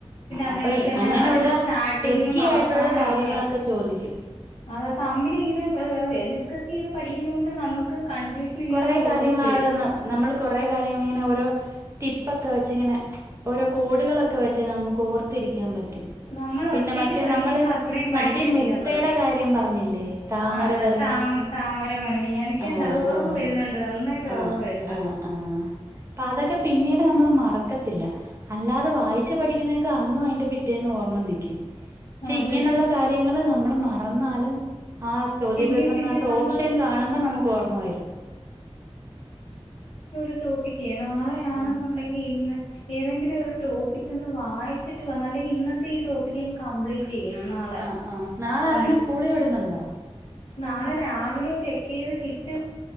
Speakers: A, on the left (about 75°); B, on the right (about 25°).
A: പിന്നെ അതണക്ക
B: അപ്പൊ
A: തന്നെ
B: അങ്ങനെയുള്ള
A: അതിന്റെ സ്റ്റാർട്ടിങ്ങും
B: ട്രിക്കി
A: അവസാനം
B: ആയിട്ടുള്ള കാര്യങ്ങളൊക്കെ
A: ഒക്കെ
B: ചോദിക്കും
A: അത തമ്മിൽ ഇങ്ങനെ <unintelligible> ക്കസ്ചെയ്ത് പഠിക്കുന്ന കൊണ്ട് നമുക്ക് കൺഫ്യൂഷൻ ഇല്ലാതെ
B: കൊറെ കാര്യങ്ങളാത
A: ഓർമ്മ വരും
B: നമ്മള് കൊറ കാര്യങ്ങ ഇങ്ങനെ ഓരോ ടിപ്പൊക്കെ വെച്ചിങ്ങനെ ഓരോ കോഡുകളൊക്കെ വെച്ച് നമുക്ക് ഓർത്തിരിക്കാൻ പറ്റും
A: നമ്മൾ
B: പിന്നെ
A: ഒറ്റക്ക്
B: മറ്റേ
A: പഠിക്കുമ്പോ
B: നമ്മള്
A: അത്രയും പഠിക്കത്തില്ല
B: നടി മുക്തയുടെ
A: അവള്
B: കാര്യം പറഞ്ഞില്ലേ താമരഭരണി
A: ആ താ മം താമരവരണി ഞാനൊക്കെണ്ടത്
B: ആ
A: ഓർമ്മ
B: ആഹ്
A: വരുന്നുണ്ട് നന്നായിട്ട്
B: ആഹ്
A: ഓർമ്മ വറ്ണത്
B: ആഹ് ആഹ് അപ്പൊ അതൊക്കെ പിന്നീട് നമ്മള് മറക്കത്തില്ല അല്ലാതെ വായിച്ചു പഠിക്കുന്നതൊക്കെ അന്നും അതിന്റെ പിറ്റേന്ന് ഓർമ്മ നിൽക്കും പക്ഷെ
A: അതെ
B: ഇങ്ങനെയുള്ള കാര്യങ്ങൾ നമ്മള് മറന്നാലും ആ ചോദ്യ
A: പിന്നെയും
B: പേപ്പറിനകത്ത്
A: പിന്നെയും നമ്മൾ
B: ഓപ്ഷൻ കാണുമ്പോ നമുക്ക് ഓർമ്മ വരും
A: ോിക്ക <unintelligible> കേ നാളെയണെന്നുണ്ടെങ്കിൽ
B: ആഹ്
A: ഇന്ന് ഏതെങ്കിലും ഒരു ടോപ്പി ഒന്ന് വായിച്ചിട്ട് വന്ന അല്ലെങ്കിൽ ഇന്നത്തെ ഈ ടോപ്പിക് അങ്ങ് കംപ്ലീറ്റ് ചെയ്യണം നാളെ
B: ആ ആഹ് നാളെ
A: വന്നിട്ട്
B: അവനെ സ്കൂളിൽ വിടുന്നുണ്ടോ
A: നാളെ രാവിലെ ചെക്ക് ചെയ്ത് കിട്ടുക